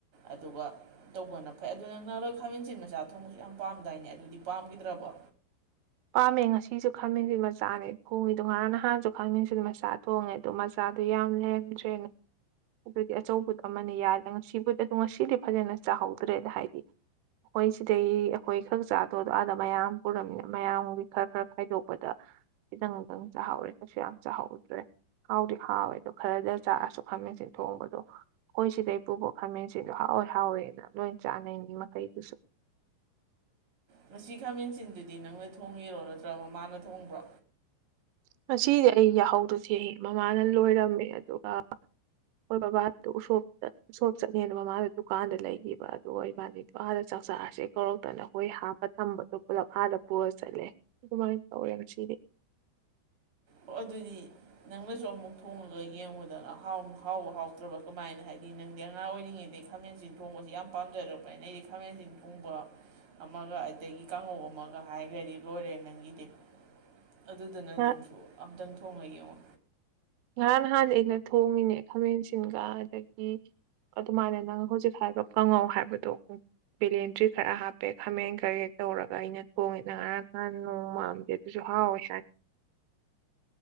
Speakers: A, on the right; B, on the right.
A: ꯑꯗꯨꯒ ꯇꯧꯕꯅ ꯐꯩ ꯑꯗꯨ ꯅꯪ ꯅꯍꯥꯟꯔꯣꯏ ꯈꯥꯃꯦꯟꯁꯤꯟ ꯃꯆꯥ ꯊꯣꯡꯕꯁꯨ ꯌꯥꯝ ꯄꯥꯝꯗꯥꯏꯅꯦ ꯑꯗꯨꯗꯤ ꯄꯥꯝꯈꯤꯗ꯭ꯔꯕꯣ
B: ꯄꯥꯝꯃꯦ ꯉꯁꯤꯁꯨ ꯈꯃꯦꯟꯃꯤꯟꯁꯤ ꯃꯆꯥꯅꯦ ꯊꯣꯡꯉꯤꯗꯣ ꯉꯔꯥꯡ ꯅꯍꯥꯟꯁꯨ ꯈꯥꯃꯦꯟꯃꯤꯟꯁꯤꯗꯤ ꯃꯆꯥ ꯊꯣꯡꯉꯦ ꯑꯗꯣ ꯃ ꯆꯥꯗꯣ ꯌꯥꯝ ꯂꯦꯟꯗ꯭ꯔꯦꯅ ꯑꯗꯨꯗꯤ ꯑꯆꯧꯕꯗꯣ ꯑꯃꯅ ꯌꯥꯗꯦ ꯉꯁꯤꯕꯨꯗꯤ ꯑꯣ ꯉꯁꯤꯗꯤ ꯐꯖꯅ ꯆꯥꯍꯧꯗ꯭ꯔꯦꯗ ꯍꯥꯏꯗꯤ ꯃꯣꯏ ꯁꯤꯗꯩ ꯑꯩꯈꯣꯏ ꯈꯛ ꯆꯥꯗꯣ ꯑꯥꯗ ꯃꯌꯥꯝ ꯄꯨꯔꯝꯃꯤꯅ ꯃꯌꯥꯝꯒꯤ ꯈꯔ ꯈꯔ ꯈꯥꯏꯗꯣꯛꯄꯗ ꯈꯤꯇꯪ ꯈꯤꯇꯪ ꯆꯥꯍꯧꯔꯦ ꯀꯩꯁꯨ ꯌꯥꯝ ꯆꯥꯍꯧꯗ꯭ꯔꯦ ꯍꯥꯎꯗꯤ ꯍꯥꯎꯋꯦ ꯑꯗꯣ ꯈꯔꯗ ꯆꯥꯔꯁꯨ ꯈꯥꯃꯦꯟꯁꯤꯟ ꯊꯣꯡꯕꯗꯣ ꯑꯩꯈꯣꯏ ꯁꯤꯗꯩ ꯄꯨꯕꯣꯛ ꯈꯥꯃꯦꯟꯁꯤꯗ ꯍꯥꯎꯋꯦ ꯍꯥꯎꯋꯦꯅ ꯂꯣꯏ ꯆꯥꯅꯩ ꯃꯤꯃꯈꯩꯗꯨꯁꯨ
A: ꯉꯁꯤ ꯈꯥꯃꯦꯟꯁꯤꯟꯗꯨꯗꯤ ꯅꯪꯅ ꯊꯣꯡꯉꯤꯔꯣ ꯅꯠꯇ꯭ꯔꯒ ꯃꯃꯥꯅ ꯊꯣꯡꯕ꯭ꯔꯣ
B: ꯉꯁꯤꯁꯦ ꯑꯩ ꯌꯥꯍꯧꯗꯣ ꯊꯦꯡꯉꯦ ꯃꯃꯥꯅ ꯂꯣꯏꯔꯝꯃꯦ ꯑꯗꯨꯒ ꯃꯣꯏ ꯕꯕꯥꯗꯣ ꯎꯁꯣꯞꯗ ꯁꯣꯞ ꯆꯠꯅꯦꯅ ꯃꯃꯥꯗ ꯗꯨꯀꯥꯟꯗ ꯂꯩꯈꯤꯕ ꯑꯗꯨꯒ ꯏꯕꯥꯅꯤꯗꯣ ꯑꯥꯗ ꯆꯥꯛ ꯆꯔꯁꯦ ꯀꯧꯔꯛꯇꯅ ꯑꯩꯈꯣꯏ ꯍꯥꯞꯄ ꯇꯝꯕꯗꯣ ꯄꯨꯂꯞ ꯑꯥꯗ ꯄꯨꯔ ꯆꯠꯂꯦ ꯑꯗꯨꯃꯥꯏꯅ ꯇꯧꯔꯦ ꯉꯁꯤꯗꯤ
A: ꯑꯣ ꯑꯗꯨꯗꯤ ꯅꯪꯅꯁꯨ ꯑꯃꯨꯛ ꯊꯣꯡꯉꯒ ꯌꯦꯡꯉꯨꯗꯅ ꯍꯥꯎꯕ ꯍꯥꯎꯇ꯭ꯔꯕ ꯀꯃꯥꯏꯅ ꯍꯥꯏꯗꯤ ꯅꯪꯗꯤ ꯑꯉꯥꯡ ꯑꯣꯏꯔꯤꯉꯩꯗꯒꯤ ꯈꯥꯃꯦꯟꯁꯤꯟ ꯊꯣꯡꯕꯁꯤ ꯌꯥꯝ ꯄꯥꯝꯖꯔꯛꯄꯅꯦ ꯅ ꯑꯩꯗꯤ ꯈꯥꯃꯦꯟꯁꯤꯟ ꯊꯣꯡꯕ ꯑꯃꯒ ꯑꯗꯒꯤ ꯀꯥꯡꯉꯧ ꯑꯃꯒ ꯍꯥꯏꯒꯗꯤ ꯂꯣꯏꯔꯦ ꯅꯪꯒꯤꯗꯤ ꯑꯗꯨꯗꯨꯅ
B: ꯈꯔ
A: ꯅꯪꯁꯨ ꯑꯝꯇꯪ ꯊꯣꯡꯉ ꯌꯦꯡꯉꯣ
B: ꯉꯔꯥꯡ ꯅꯍꯥꯟ ꯑꯩꯅ ꯊꯣꯡꯉꯤꯅꯦ ꯈꯥꯃꯦꯟꯁꯤꯟꯒ ꯑꯗꯒꯤ ꯑꯗꯨꯃꯥꯏꯅ ꯅꯪ ꯍꯧꯖꯤꯛ ꯍꯥꯏꯕ ꯀꯪꯉꯧ ꯍꯥꯏꯕꯗꯣ ꯕꯦꯂꯦꯟꯇ꯭ꯔꯤ ꯈꯔ ꯍꯥꯞꯄꯦ ꯈꯥꯃꯦꯟ ꯀꯔꯤ ꯇꯧꯔꯒ ꯑꯩꯅ ꯊꯣꯡꯉꯦꯗ ꯉꯔꯥꯡ ꯅꯍꯥꯟ ꯅꯣꯡ ꯃꯥꯝꯗꯦ ꯗꯨꯁꯨ ꯍꯥꯎꯣꯏ ꯁꯥꯏ